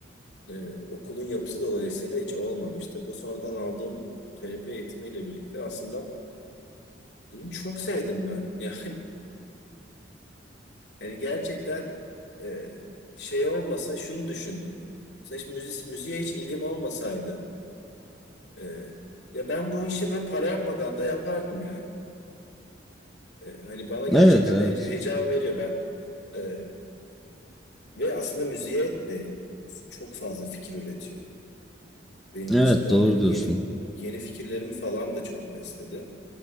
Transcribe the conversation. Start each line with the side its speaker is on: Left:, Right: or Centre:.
Left: e, okulun yapısı dolayısıyla hiç olmamıştı. Bu sonradan aldığım terapi eğitimiyle birlikte aslında bunu çok sevdim ben. <laughs> Yani yani gerçekten e, şey olmasa şunu düşündüm. Mesela hiç müzi- müziğe hiç ilgim olmasaydı e, ya ben bu işi böyle para yapmadan da yapardım yani. E, hani bana gerçekten
Centre: evet evet
Left: heye- heyecan veriyor. Ben e, Ve aslında müziğe de çok fazla fikir üretiyor. Benim
Centre: evet
Left: için hani
Centre: doğru
Left: yeni
Centre: diyorsun
Left: yeni fikirlerimi falan da çok besledi.